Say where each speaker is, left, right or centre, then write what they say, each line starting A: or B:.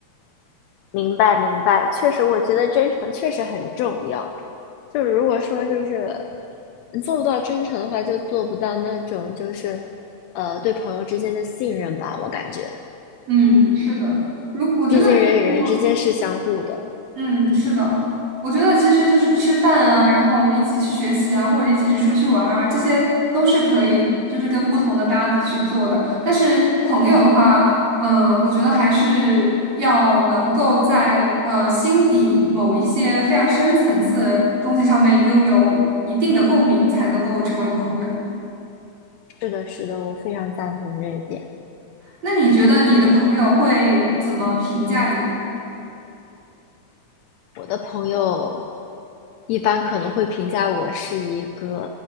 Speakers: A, on the left (about 80°); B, on the right (about 60°).
A: 明白明白，确实，我觉得真诚确实很重要。就是如果说就是你做不到真诚的话，就做不到那种就是呃对朋友之间的信任吧。我感觉，
B: 嗯，是的。如我觉得如果
A: 毕竟人与人之间是相互的。
B: 嗯，是的，我觉得其实就是吃饭啊，然后一起去学习啊，或者一起去出去玩儿啊，这些都是可以，就是跟不同的搭子去做的。但是朋友的话，呃，我觉得还是要能够在呃心底某一些非常深层次的东西上面拥有一定的共鸣，才能够成为朋友。
A: 是的，是的，我非常赞同这一点。
B: 那你觉得你的朋友会怎么评价你呢？
A: 我的朋友一般可能会评价我是一个